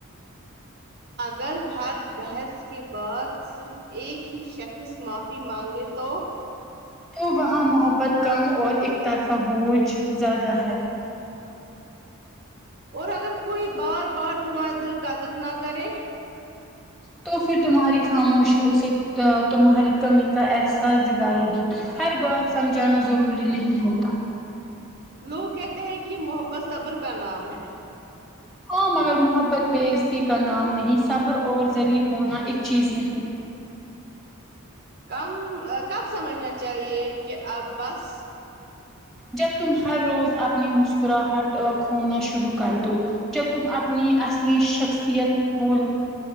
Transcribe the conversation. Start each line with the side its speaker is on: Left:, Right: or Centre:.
Right: اگر ہر بحث کے بعد صرف ایک ہی شخص معافی مانگے تو
Centre: تو وہاں محبت کم اور اکترفہ بوجھ زیادہ ہے
Right: اور اگر کوئی بار بار تمہارے دل قدر نہ کرے
Centre: تو پھر تمہاری خاموشی اسے تمہاری کمی کا احساس دلائے گی ہر بار سمجھانا ضروری نہیں ہوتا
Right: لوگ کہتے ہیں کہ محبت صبر کا نام ہے
Centre: ہاں مگر محبت بیعزتی کا نام نہیں صبر اور ذلیل ہونا ایک چیز نہیں
Right: کم کب سمجھنا چاہیے کہ اب بس
Centre: جب تم ہر روز اپنی مسکراہٹ اور کھونا شروع کر دو جب تم اپنی اصلی شخصیت بول